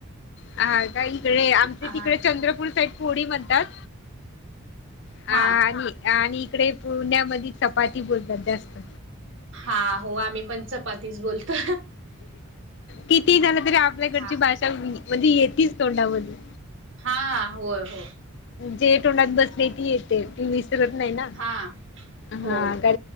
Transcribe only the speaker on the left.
हा का इकडे आमचे
तिकडे चंद्रपूर साईट पोळी म्हणतात अ आणि
आणि इकडे पुण्यामध्ये चपाती बोलतात जास्त
किती झालं तरी आपल्याकडची
भाषा म्हणजे येते तोंडामध्ये.
जे तोंडात बसले ती येते ती विसरत नाही ना
हा का